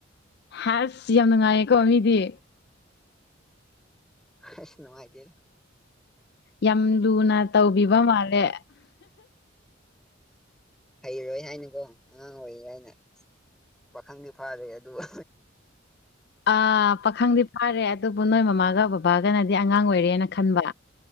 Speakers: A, on the left (about 55°); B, in the centre.
A: ꯍꯥꯁ ꯌꯥꯝ ꯅꯨꯡꯉꯥꯏꯌꯦꯀꯣ ꯃꯤꯗꯤ꯫
B: ꯑꯁ ꯅꯨꯡꯉꯥꯏꯇꯦ
A: ꯌꯥꯝ ꯂꯨꯅ ꯇꯧꯕꯤꯕ ꯃꯥꯜꯂꯦ꯫
B: ꯍꯩꯔꯣꯏ ꯍꯥꯏꯅꯤꯀꯣ ꯑꯉꯥꯡ ꯑꯣꯏꯔꯤ ꯍꯥꯏꯅ꯫ ꯄꯥꯈꯪꯗꯤ ꯐꯥꯔꯦ ꯑꯗꯨꯒ
A: ꯑ ꯄꯥꯈꯪꯗꯤ ꯐꯥꯔꯦ ꯑꯗꯨꯕꯨ ꯅꯣꯏ ꯃꯃꯥꯒ ꯕꯕꯥꯒꯅꯗꯤ ꯑꯉꯥꯡ ꯑꯣꯏꯔꯦꯅ ꯈꯟꯕ꯫